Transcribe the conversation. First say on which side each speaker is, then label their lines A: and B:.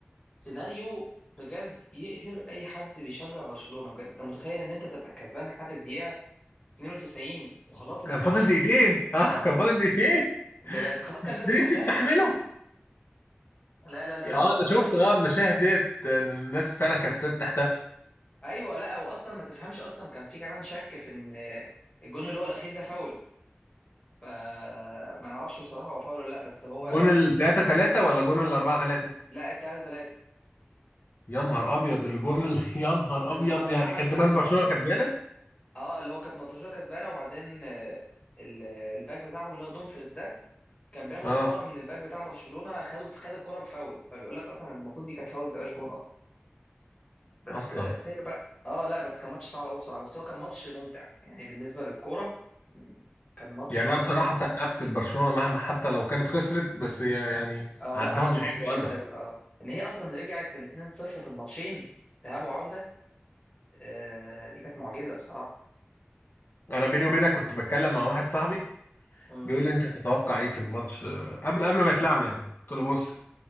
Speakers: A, on the left; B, on the left.
A: سيناريو بجد يقهر اي حد بيشجع برشلونة بجد انت متخيل ان انت تبقى كسبان لحد الدقيقة 92 وخلاص
B: <laughs>
A: انت
B: كان
A: كسبت
B: فاضل دقيقتين اه
A: اه
B: كان فاضل دقيقتين
A: بجد خلاص كان
B: مش
A: الناس
B: قادرين
A: بتحتفل
B: تستحملوا
A: لا لا لا
B: اه
A: لا واصلا
B: انا شفت
A: كان
B: اه المشاهد ديت إن الناس فعلا كانت بتحتفل
A: ايوه لا واصلا ما تفهمش اصلا كان في كمان شك في ان الجون اللي هو الاخير ده فاول فما نعرفش بصراحه هو فاول ولا لا بس هو
B: جون ال 3 3 ولا جون ال 4 3
A: لا التلاته تلاته
B: يا نهار ابيض الجون اللي <laughs> يا نهار
A: اللي
B: ابيض
A: هو اللي
B: يعني
A: عمل
B: كان
A: تعادل
B: زمان برشلونه
A: اصلا
B: كسبانه
A: اه اللي هو كانت مفروشة كسبانه وبعدين آه، ال- الباك بتاعهم اللي هو دومفريز ده كان بياخد
B: اه
A: الكرة من الباك بتاع برشلونة خده خد الكرة بفاول فبيقول لك اصلا ان المفروض دي كانت فاول ما تبقاش جون اصلا بس
B: اصلا
A: آه، خير بقى اه لا بس كان ماتش صعب قوي بصراحه بس هو كان ماتش ممتع يعني بالنسبه للكوره م، كان ماتش
B: يعني
A: الصراحه
B: انا بصراحه سقفت لبرشلونه مهما حتى لو كانت خسرت بس هي يعني
A: اه
B: عداهم
A: لا عمل
B: لعيب
A: ماتش جامد
B: واذى
A: قوي اه ان هي اصلا رجعت من 2-0 في الماتشين ذهاب وعوده آه دي كانت معجزه بصراحه
B: انا بيني وبينك كنت بتكلم مع واحد صاحبي
A: مم.
B: بيقول لي انت تتوقع ايه في الماتش آه، قبل قبل ما يتلعب يعني قلت له بص